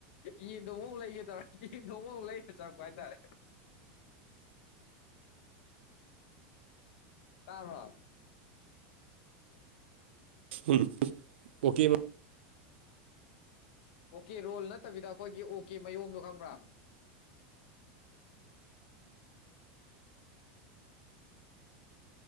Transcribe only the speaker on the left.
ꯌꯦꯟꯗꯣ ꯑꯃꯨꯛ ꯂꯩꯒꯦ ꯇꯧꯔ ꯌꯦꯟꯗꯣ ꯃꯛ ꯂꯩꯔ ꯆꯪꯉꯄ ꯍꯥꯏꯇꯥꯔꯦ
ꯇꯥꯕ
ꯑꯣꯀꯦ ꯔꯣꯜ ꯅꯠꯇꯕꯤꯗ ꯑꯩꯈꯣꯏꯒꯤ ꯑꯣ ꯀꯦ ꯃꯌꯣꯝꯗꯣ ꯈꯪꯕ꯭ꯔꯥ